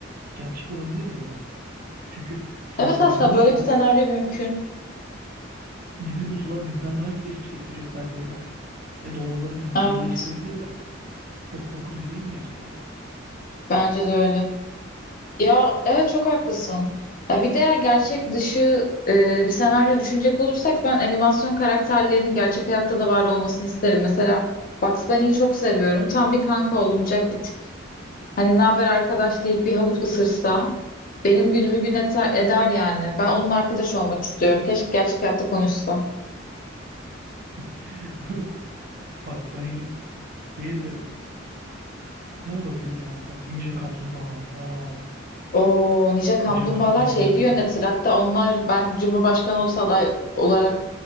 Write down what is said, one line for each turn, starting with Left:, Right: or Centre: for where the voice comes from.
Right: gerçek olabilir ya. Çünkü sonuçta
Left: Evet aslında
Right: bizi bulsalar
Left: böyle bir senaryo mümkün.
Right: Bizi bulsalar bizden daha gelişmiş teknolojiye sahip olurlar. E doğuluları bizi
Left: Evet.
Right: köleleştirebilirler. Çok korkutucu değil mi gerçekten?
Left: Bence de öyle. Ya evet çok haklısın. Ya bir de gerçek dışı e, bir senaryo düşünecek olursak ben animasyon karakterlerinin gerçek hayatta da var olmasını isterim. Mesela Bugs Bunny'yi çok seviyorum. Tam bir kanka olunacak bir tip. Hani ne haber arkadaş deyip bir havuç ısırsa benim günümü gün ete- eder yani. Ben onun arkadaş olmak istiyorum. Keşke gerçek hayatta konuşsa.
Right: <laughs> Bugs Bunny değil de ne olabilir ya? Bak Ninja Kaplumbağalar. Aa,
Left: O Ninja Kaplumbağalar
Right: Ninja Kaplumbağalar
Left: şehri
Right: olsa
Left: yönetir. Hatta onlar ben Cumhurbaşkanı olsa aday olarak